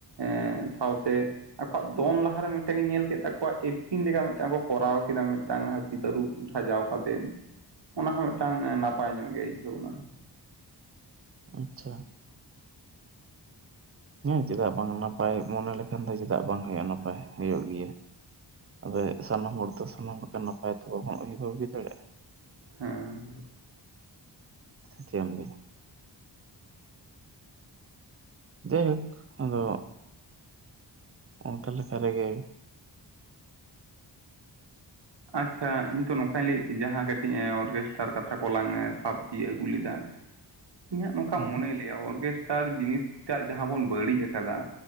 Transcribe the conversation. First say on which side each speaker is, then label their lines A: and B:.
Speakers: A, on the right (about 65°); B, on the right (about 30°).
A: ᱮᱸᱻ ᱥᱟᱶ ᱛᱮ ᱟᱠᱚᱣᱟᱜ ᱫᱚᱱ ᱞᱟᱦᱟ ᱨᱮ ᱢᱤᱫ ᱴᱟᱝ ᱤᱧ ᱧᱮᱞ ᱠᱮᱫ ᱛᱟᱠᱚᱣᱟ ᱤᱧ ᱞᱮᱠᱟ ᱢᱤᱫ ᱴᱟᱝ ᱠᱚ ᱠᱚᱨᱟᱣ ᱠᱮᱫᱟ ᱢᱤᱫ ᱴᱟᱝ ᱦᱟᱹᱛᱤ ᱛᱟᱹᱨᱩᱵ ᱥᱟᱡᱟᱣ ᱠᱟᱛᱮ ᱚᱱᱟ ᱦᱚᱸ ᱢᱤᱫ ᱴᱟᱝ ᱱᱟᱯᱟᱭ ᱧᱚᱸᱜ ᱜᱮ ᱟᱹᱭᱠᱟᱹᱣ ᱱᱟ᱾
B: ᱟᱪᱪᱷᱟ᱾ ᱦᱮᱸ ᱪᱮᱫ-ᱟᱜ ᱵᱟᱝ ᱱᱟᱯᱟᱭ ᱢᱚᱱᱮ ᱞᱮᱠᱷᱟᱱ ᱫᱚ ᱪᱮᱫ-ᱟᱜ ᱵᱟᱝ ᱦᱳᱭᱳᱜᱼᱟ ᱱᱟᱯᱟᱭ ᱦᱳᱭᱳᱜ ᱜᱮᱭᱟ᱾ ᱟᱫᱚ ᱥᱟᱱᱟᱢ ᱦᱚᱲ ᱫᱚ ᱥᱟᱱᱟᱢ ᱞᱮᱠᱟ ᱱᱟᱯᱟᱭ ᱛᱮ ᱵᱟᱝ ᱵᱚᱱ ᱩᱭᱦᱟᱹᱨ ᱵᱷᱟᱵᱤ ᱫᱟᱲᱮᱭᱼᱟᱜ
A: ᱦᱮᱸ᱾
B: ᱪᱮᱫ ᱮᱢ ᱞᱮᱫᱟ? ᱡᱟᱭᱦᱳᱠ ᱟᱫᱚ ᱚ ᱛᱟᱦᱞᱮ ᱥᱟᱹᱨᱤ ᱜᱮ
A: ᱟᱪᱪᱷᱟ ᱤᱧ ᱛᱚ ᱱᱚᱝ ᱠᱟᱹᱧ ᱞᱟᱹᱭ ᱮᱫ ᱛᱟᱹᱦᱤᱧᱡ ᱡᱟᱸᱦᱟ ᱠᱟᱹᱴᱤᱡ ᱚᱨᱜᱮᱥᱴᱟᱨ ᱠᱟᱛᱷᱟ ᱠᱚ ᱞᱟᱝ ᱥᱟᱵ ᱛᱤᱭᱳᱜ ᱟᱹᱜᱩ ᱞᱮᱫᱟ, ᱤᱧᱟᱹᱜ ᱱᱚᱝᱠᱟ
B: ᱦᱮᱸ
A: ᱢᱚᱱᱮ ᱞᱟᱹᱭ-ᱟ ᱚᱨᱜᱮᱥᱴᱟᱨ ᱡᱤᱱᱤᱥ ᱴᱟᱜ ᱡᱟᱸᱦᱟ ᱵᱚᱱ ᱵᱟᱹᱲᱤᱡ ᱟᱠᱟᱫᱟ᱾